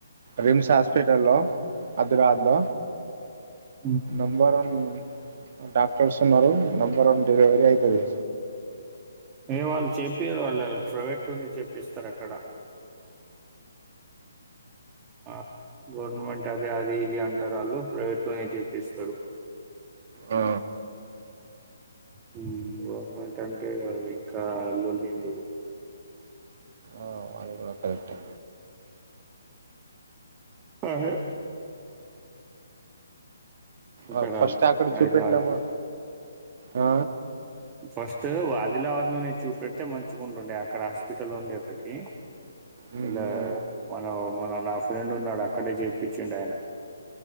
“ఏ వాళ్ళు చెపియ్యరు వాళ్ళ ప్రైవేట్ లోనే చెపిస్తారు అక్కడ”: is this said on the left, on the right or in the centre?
Right